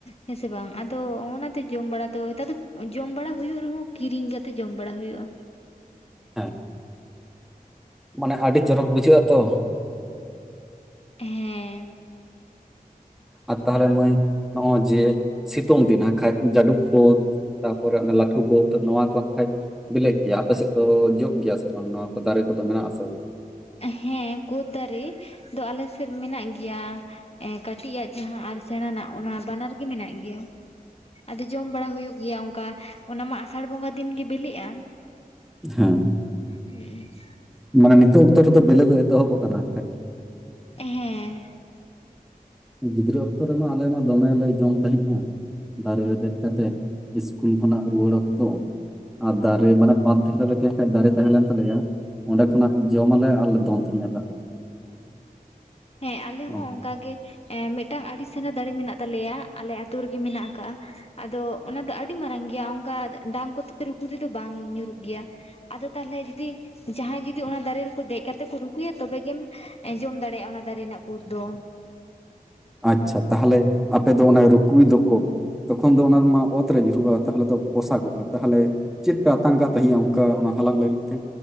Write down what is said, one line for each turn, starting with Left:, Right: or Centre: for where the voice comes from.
Left: ᱦᱮᱸ ᱥᱮ ᱵᱟᱝ? ᱟᱫᱚ ᱚᱱᱟᱛᱮ ᱡᱚᱢ ᱵᱟᱲᱟ ᱫᱚ ᱦᱮᱛᱟᱨ ᱫᱟ ᱡᱚᱢ ᱵᱟᱲᱟ ᱦᱩᱭᱩᱜ ᱨᱮᱦᱚᱸ ᱠᱤᱨᱤᱧ ᱠᱟᱛᱮ ᱡᱚᱢ ᱵᱟᱲᱟ ᱦᱩᱭᱩᱜᱼᱟ᱾
Centre: ᱦᱮᱸ, ᱢᱟᱱᱮ ᱟᱹᱰᱤ ᱪᱚᱨᱚᱠ ᱵᱩᱡᱷᱟᱹᱜ-ᱟ ᱛᱚ᱾
Left: ᱦᱮᱸ᱾
Centre: ᱟᱨ ᱛᱟᱦᱚᱞᱮ ᱢᱟᱹᱭ ᱱᱚᱜᱼᱚᱭ ᱡᱮ ᱥᱤᱛᱩᱝ ᱫᱤᱱ ᱦᱟᱸᱠᱷᱟᱡ ᱡᱟᱹᱰᱩᱵ ᱠᱳᱛ ᱛᱟᱯᱚᱨᱮ ᱚᱱᱟ ᱞᱟᱹᱴᱷᱩ ᱠᱳᱛ ᱱᱚᱣᱟ ᱠᱚ ᱦᱟᱸᱠᱷᱟᱡ ᱵᱮᱞᱮᱜ ᱜᱮᱭᱟ ᱟᱯᱮ ᱥᱮᱫ ᱫᱚ ᱡᱚᱜ ᱜᱮᱭᱟ ᱥᱮ ᱵᱟᱝ ᱱᱚᱣᱟ ᱠᱚ ᱫᱟᱨᱮ ᱠᱚᱫᱚ ᱢᱮᱱᱟᱜ-ᱟ ᱥᱮ ᱵᱟᱝ?
Left: ᱦᱮᱸ ᱠᱳᱫ ᱫᱟᱨᱮ ᱫᱚ ᱟᱞᱮ ᱥᱮᱫ ᱢᱮᱱᱟᱜ ᱜᱮᱭᱟ ᱮᱸ ᱠᱟᱹᱴᱤᱡᱟᱜ ᱡᱟᱦᱟᱸ ᱟᱨ ᱥᱮᱬᱟᱱᱟᱜ ᱚᱱᱟ ᱵᱟᱱᱟᱨ ᱜᱮ ᱢᱮᱱᱟᱜ ᱜᱮᱭᱟ ᱟᱫᱚ ᱡᱚᱢ ᱵᱟᱲᱟ ᱦᱩᱭᱩᱜ ᱜᱮᱭᱟ ᱚᱱᱠᱟ ᱚᱱᱟ ᱢᱟ ᱟᱥᱟᱲ ᱵᱚᱸᱜᱟ ᱫᱤᱱ ᱜᱮ ᱵᱮᱞᱮᱜᱼᱟ᱾
Centre: ᱦᱮᱸ᱾
Left: ᱦᱩᱸᱜ-ᱩ᱾
Centre: ᱢᱟᱱᱮ ᱱᱤᱛᱚᱜ ᱚᱠᱛᱚ ᱨᱮᱫᱚ ᱵᱮᱞᱮ ᱫᱚ ᱮᱛᱚᱦᱚᱵ ᱠᱟᱱᱟ ᱦᱟᱸᱠᱷᱟᱡ᱾
Left: ᱦᱮᱸ᱾
Centre: ᱜᱤᱫᱽᱨᱟᱹ ᱚᱠᱛᱚ ᱨᱮᱢᱟ ᱟᱞᱮ ᱢᱟ ᱫᱚᱢᱮᱞᱮ ᱡᱚᱢ ᱛᱟᱦᱮᱸᱜ-ᱟ᱾ ᱫᱟᱨᱮ ᱨᱮ ᱫᱮᱡ ᱠᱟᱛᱮᱫ ᱤᱥᱠᱩᱞ ᱠᱷᱚᱱᱟᱜ ᱨᱩᱣᱟᱹᱲ ᱚᱠᱛᱚ᱾ ᱟᱨ ᱫᱟᱨᱮ ᱢᱟᱱᱮ ᱵᱟᱸᱱᱫᱷ ᱫᱷᱟᱨᱮ ᱨᱮᱜᱮ ᱦᱟᱸᱠᱷᱟᱡ ᱫᱟᱨᱮ ᱛᱟᱦᱮᱞᱮᱱ ᱛᱟᱞᱮᱭᱟ᱾ ᱚᱸᱰᱮ ᱠᱷᱚᱱᱟᱜ ᱡᱚᱢ ᱟᱞᱮ ᱟᱨᱞᱮ ᱫᱚᱱ ᱛᱟᱦᱮᱜᱼᱟ ᱫᱟᱜ
Left: ᱦᱮᱸ ᱟᱞᱮ ᱦᱚᱸ
Centre: ᱚ,
Left: ᱚᱱᱠᱟ ᱜᱮ᱾ ᱮᱸ ᱢᱤᱫᱴᱟᱝ ᱟᱲᱤ ᱥᱮᱬᱟ ᱫᱟᱨᱮ ᱢᱮᱱᱟᱜ ᱛᱟᱞᱮᱭᱟ ᱟᱞᱮ ᱟᱹᱛᱩ ᱨᱮᱜᱮ ᱢᱮᱱᱟᱜ ᱟᱠᱟᱜ-ᱟ᱾ ᱟᱫᱚ ᱚᱱᱟ ᱫᱚ ᱟᱹᱰᱤ ᱢᱟᱨᱟᱝ ᱜᱮᱭᱟ ᱚᱱᱠᱟ ᱰᱟᱝ ᱠᱚᱛᱮ ᱨᱩᱠᱩ ᱛᱮᱫᱚ ᱵᱟᱝ ᱧᱩᱨᱩᱜ ᱜᱮᱭᱟ᱾ ᱟᱫᱚ ᱛᱟᱞᱦᱮ ᱡᱩᱫᱤ ᱡᱟᱦᱟᱸᱭ ᱡᱩᱫᱤ ᱚᱱᱟ ᱫᱟᱨᱮ ᱨᱮᱠᱚ ᱫᱮᱡ ᱠᱟᱛᱮᱫ ᱠᱚ ᱨᱩᱠᱩᱭᱟ ᱛᱚᱵᱮᱜᱮᱢ ᱮᱸ ᱡᱚᱢ ᱫᱟᱲᱮᱭᱟᱜᱼᱟ ᱚᱱᱟ ᱫᱟᱨᱮ ᱨᱮᱱᱟᱜ ᱠᱩᱫ ᱫᱚ᱾
Centre: ᱟᱪᱪᱷᱟ ᱛᱟᱦᱚᱞᱮ ᱟᱯᱮ ᱫᱚ ᱚᱱᱮ ᱨᱩᱠᱩᱭ ᱫᱚᱠᱚ ᱛᱚᱠᱷᱚᱱ ᱫᱚ ᱚᱱᱟᱨᱮᱢᱟ ᱚᱛ ᱨᱮ ᱧᱩᱨᱩᱜᱼᱟ᱾ ᱛᱟᱦᱚᱞᱮ ᱛᱚ ᱯᱚᱥᱟᱜᱚᱜᱼᱟ ᱛᱟᱦᱚᱞᱮ ᱪᱮᱫᱯᱮ ᱟᱛᱟᱝ ᱠᱟᱜ ᱛᱟᱦᱮᱸᱜ-ᱟ ᱚᱱᱠᱟ ᱚᱱᱟ ᱦᱟᱞᱟᱝ ᱞᱟᱹᱜᱤᱫ ᱛᱮ?